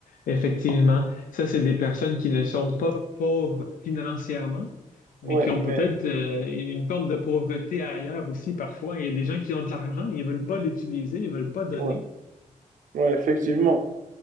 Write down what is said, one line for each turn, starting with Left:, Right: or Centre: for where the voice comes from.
Left: Effectivement, ça, c'est des personnes qui ne sont pas pauvres financièrement, mais
Right: Ouais,
Left: qui ont
Right: mais
Left: peut-être euh, une forme de pauvreté ailleurs aussi parfois. Il y a des gens qui ont de l'argent, mais ils veulent pas l'utiliser, ils veulent pas donner.
Right: ouais, ouais, effectivement.